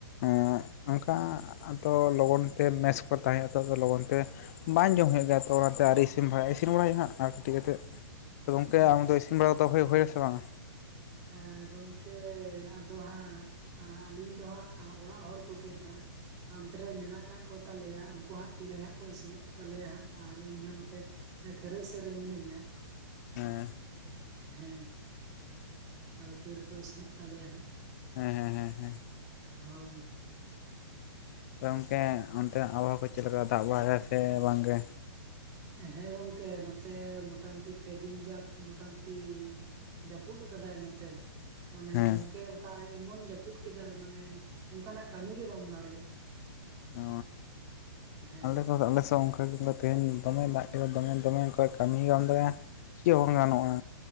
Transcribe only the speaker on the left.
ᱮᱸᱜ, ᱚᱱᱠᱟ ᱛᱚ ᱞᱚᱜᱚᱱ ᱛᱮ ᱢᱮᱥ ᱠᱚ ᱨᱮ ᱛᱟᱦᱮᱸ ᱱᱤᱛᱚᱜ ᱫᱚ ᱞᱚᱜᱚᱱ ᱛᱮ ᱵᱟᱝ ᱡᱚᱢ ᱦᱩᱭᱩᱜ ᱜᱮᱭᱟ ᱛᱚ ᱚᱱᱟᱛᱮ ᱟᱣᱨᱤ ᱤᱥᱤᱱ ᱤᱥᱤᱱ ᱵᱟᱲᱟᱭ, ᱤᱥᱤᱱ ᱵᱟᱲᱟᱭ ᱦᱩᱭᱩᱜᱼᱟ ᱦᱟᱸᱜ ᱟᱨ ᱠᱟᱹᱴᱤᱡ ᱠᱟᱛᱮᱫ ᱜᱚᱝᱠᱮ
ᱟᱢᱫᱚ ᱤᱥᱤᱱ ᱵᱟᱲᱟ ᱠᱚᱫᱚ ᱦᱩᱭ-ᱦᱩᱭᱱᱟ ᱥᱮ ᱵᱟᱝ
ᱦᱮᱸ
ᱦᱮᱸ ᱦᱮᱸ ᱦᱮᱸ ᱦᱮᱸ
ᱜᱚᱝᱠᱮ ᱚᱱᱛᱮᱱᱟᱜ ᱟᱵᱚᱦᱟᱣᱟ ᱠᱚ ᱪᱮᱫᱞᱮᱠᱟ ᱫᱟᱜ ᱵᱟᱲᱟᱭᱮᱫᱟ ᱥᱮ ᱵᱟᱝᱜᱮ?
ᱦᱮᱸ
ᱚ
ᱟᱞᱮ ᱫᱚ ᱟᱞᱮᱥᱮᱫ ᱦᱚᱸ ᱚᱜᱠᱟ ᱜᱮᱞᱮ ᱛᱮᱦᱮᱧ ᱫᱚᱢᱮ ᱫᱟᱜ ᱫᱚᱢᱮ ᱫᱚᱢᱮ ᱚᱝᱠᱟ ᱠᱟᱹᱢᱤ ᱦᱚᱸ ᱵᱟᱢ ᱫᱟᱲᱮᱭᱟᱜᱼᱟ ᱪᱮᱫ ᱵᱟᱝ ᱜᱟᱱᱚᱜᱼᱟ᱾